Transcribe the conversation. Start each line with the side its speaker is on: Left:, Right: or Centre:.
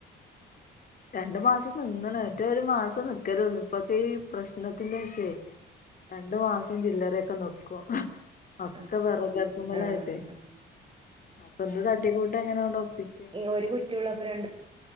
Left: രണ്ട് മാസം നിന്ന്ണ് മറ്റെ ഒരു മാസം നി നിക്കലൊള്ളു ഇപ്പൊക്കെ ഈ പ്രശ്നത്തിന്റേശേ രണ്ട്മാസ് <unintelligible> ചില്ലറൊക്കെ നിക്കും ഒക്കെ
Right: ആഹ്
Left: വെറെകടുപ്പുമ്മലായിട്ടേ
Right: ആഹ് ആഹ്
Left: അപ്പൊ ഇന്ന് തട്ടിക്കൂട്ടങ്ങനെണ്ടൊപ്പിച്ചു.
Right: ഏ ഒരു കുറ്റിയോള്ളപ്പോ രണ്ട്